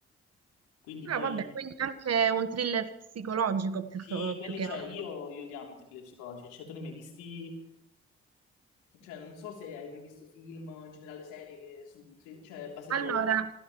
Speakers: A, on the left; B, on the right.
A: quindi
B: Ah,
A: poi
B: vabbè, quindi anche un thriller psicologico più,
A: Sì, quelli
B: più che
A: c'è,
B: altro.
A: io, io li amo i thriller psicologici, cioè tu ne hai mai visti, cioè non so se hai mai visto film o in generale serie che su, thri- cioè basate...
B: Allora,